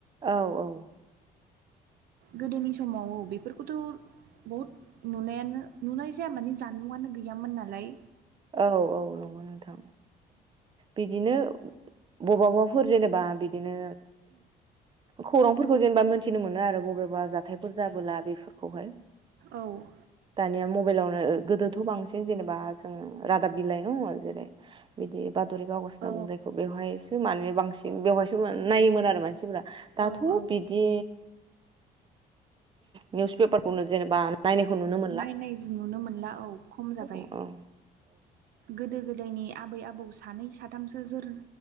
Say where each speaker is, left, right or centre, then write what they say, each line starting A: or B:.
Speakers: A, on the right; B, on the right.
A: औ औ
B: गोदोनि समाव बेफोरखौथ' बहुद नुनायानो नुनाय जाया माने जानबुंआनो गैयामोन नालाय।
A: औ औ नंगौ नोंथां। बिदिनो बबेबाफोर जेनेबा बिदिनो खौरांफोरखौ
B: उम
A: जेनेबा मोनथि नो मोनो आरो बबेबा जाथायफोर जाबोला बेफोर खौहाय
B: औ
A: दानिया मबाइलावनो गोदोथ' बांसिन जेनेबा जोङो रादाब बिलाइ दङ जेरै बिदि बाथरि कगज होनना
B: औ
A: बुङो जायखौहाय बेवहायसो माने बांसिन बेब नायोमोन आरो मानसि फ्रा दाथ'
B: औ औ
A: बिदि निउस पेपारखौनो जेनेबा नायनायखौ नुनो मोनला
B: नायनाय नुनो मोनला औ खम जाबाय
A: औ औ।
B: गोदो गोदायनि आबै आबौ सानै साथामसो जोर